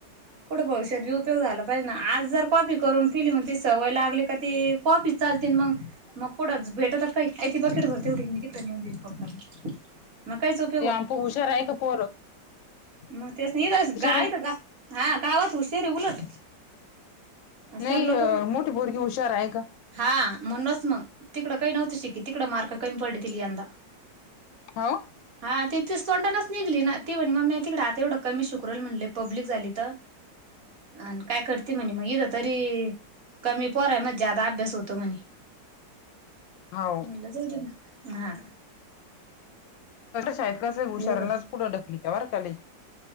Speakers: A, on the right; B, on the left.
A: कुठं भविष्यात उपयोग झाला पाहिजे ना आज जर कॉपी करून फिली म्हण ती सवय लागली का ती कॉपी. चालते मग मग कोडंच भेटतात काही ते बकेट भर तेवढी मी तिकडे नेऊन देेत पप्पाला.
B: <inaudible>
A: म काय चोप
B: ते आमप हुशार आहे का पोरं.
A: मग तेच नाही गाईत
B: आहे
A: गा हा गावात हुशार आहे उलट.
B: नाही
A: सर लोक
B: मोठी पोरगी हुशार आहे का.
A: हा.. म्हणूनच मग तिकडं काही नव्हत शिकी तिकडं मार्क कमी पडतील यंदा.
B: हो.
A: हा ती तिच तोंडानच निघली ना ती म्हटली मम्मी तिकडे आता तेवढं कमी शिकू कूरल म्हटले पब्लिक झाली तर आण काय कर ते म्हणे मग इथ तरी कमी पोराय मग जादा अभ्यास होतो म्हणे.
B: हो
A: म्हणला जाऊ दे मग हा.
B: शाळेत कस हुशारलाच
A: एवढं
B: पुढे ढकली त्या बर लई